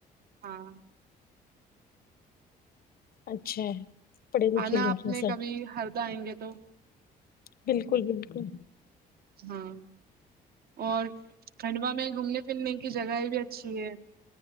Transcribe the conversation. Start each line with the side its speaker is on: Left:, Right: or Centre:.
Right: ہاں
Left: اچھا پڑھے لکھے
Right: آنا
Left: لوگ
Right: آپ
Left: ہیں
Right: نے
Left: سب
Right: کبھی ہردا آئیں گے تو
Left: بالکل بالکل
Right: ہاں اور کھنڈوا میں گھومنے پھرنے کی جگہ بھی اچھی ہیں